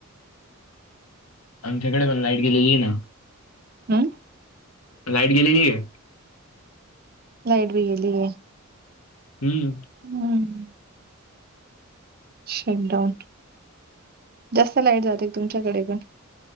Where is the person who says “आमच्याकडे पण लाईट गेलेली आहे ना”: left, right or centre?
Left